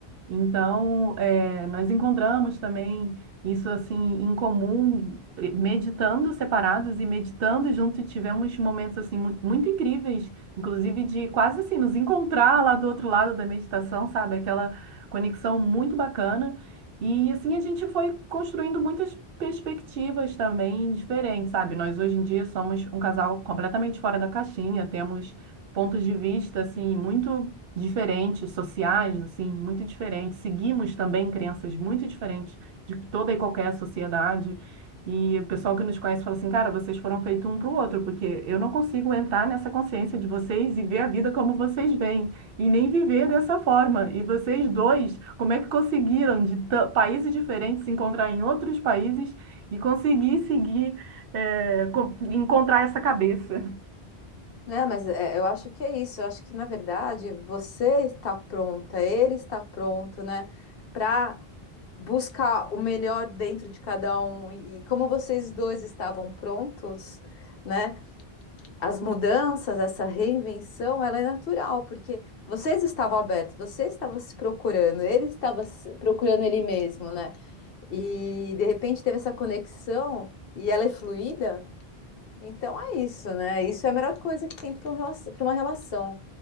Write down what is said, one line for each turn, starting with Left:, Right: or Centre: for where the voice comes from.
Right: Então, eh, nós encontramos também isso assim em comum, eh, meditando separados e meditando junto, e tivemos momentos assim mu- muito incríveis, inclusive de quase assim nos encontrar lá do outro lado da meditação, sabe? Aquela conexão muito bacana. E assim a gente foi construindo muitas perspectivas também diferentes, sabe? Nós hoje em dia somos um casal completamente fora da caixinha, temos pontos de vista assim muito diferentes, sociais, assim, muito diferentes. Seguimos também crenças muito diferentes de toda e qualquer sociedade. E o pessoal que nos conhece fala assim, cara, vocês foram feitos um para o outro, porque eu não consigo entrar nessa consciência de vocês e ver a vida como vocês veem, e nem viver dessa forma. E vocês dois, como é que conseguiram de ta- países diferentes se encontrar em outros países e conseguir seguir, eh, co- encontrar essa cabeça?
Left: né? Mas é, eu acho que é isso. Eu acho que na verdade você está pronta, ele está pronto, né, para buscar o melhor dentro de cada um. E, e como vocês dois estavam prontos, né? As mudanças, essa reinvenção, ela é natural, porque vocês estavam abertos, você estava se procurando, ele estava se- procurando ele mesmo, né? E de repente teve essa conexão e ela é fluida. Então é isso, né? Isso é a melhor coisa que tem para uma relação.